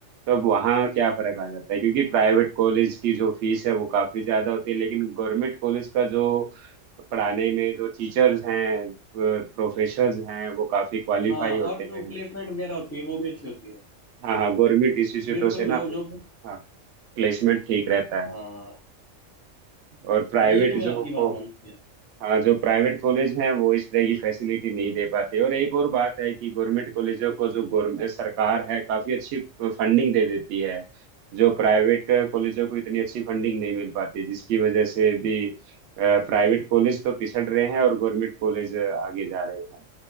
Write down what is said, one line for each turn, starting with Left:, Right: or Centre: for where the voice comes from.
Right: तब वहाँ क्या फर्क आ जाता है क्योंकि प्राइवेट कॉलेज की जो फीस है वो काफी ज्यादा होती है लेकिन गवर्नमेंट कॉलेज का जो पढ़ाने में जो टीचर्स हैं प्रोफेसर्स हैं वो काफी क्वालिफाई
Left: हाँ
Right: होते
Left: और जो
Right: हैं
Left: प्लेसमेंट वगैरह होती है वो भी अच्छी होती है
Right: हाँ हाँ गवर्नमेंट इंस्टीट्यूटों
Left: बिल्कुल
Right: से
Left: ब्रो
Right: ना
Left: जो
Right: हाँ प्लेसमेंट ठीक रहता
Left: हाँ
Right: है और प्राइवेट
Left: हाँ ये तो मैं
Right: जो
Left: आपकी बात
Right: को
Left: मानता हूँ यार
Right: हाँ जो प्राइवेट कॉलेज हैं वो इस तरह की फैसिलिटी नहीं दे पाते और एक और बात है कि गवर्नमेंट कॉलेजों को जो गवर्नमेंट सरकार है काफी अच्छी फंडिंग दे देती है जो प्राइवेट कॉलेजों को इतनी अच्छी फंडिंग नहीं मिल पाती जिसकी वजह से भी प्राइवेट कॉलेज तो पिछड़ रहे हैं और गवर्नमेंट कॉलेज आगे जा रहे हैं